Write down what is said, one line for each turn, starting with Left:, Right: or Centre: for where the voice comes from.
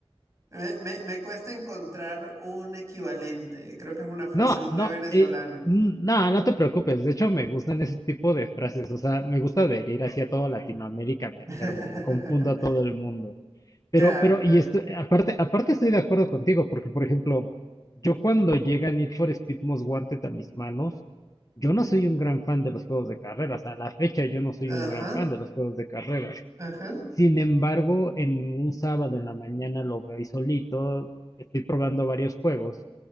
Right: me, me- me cuesta encontrar un equivalente, creo que es una frase
Left: No,
Right: muy
Left: no,
Right: venezolana.
Left: eh, n- no, no te preocupes. De hecho, me gustan ese tipo de frases. O sea, me gusta adherir hacia toda Latinoamérica, me
Right: <laughs>
Left: acervo, confundo a todo el mundo. Pero,
Right: Claro,
Left: pero,
Right: claro.
Left: y esto, aparte, aparte estoy de acuerdo contigo, porque, por ejemplo, yo cuando llega Need for Speed Most Wanted a mis manos, yo no soy un gran fan de los juegos de carreras. A la fecha yo no soy un
Right: Ajá,
Left: gran fan de los juegos de carreras.
Right: ajá.
Left: Sin embargo, en un sábado en la mañana lo veo ahí solito, estoy probando varios juegos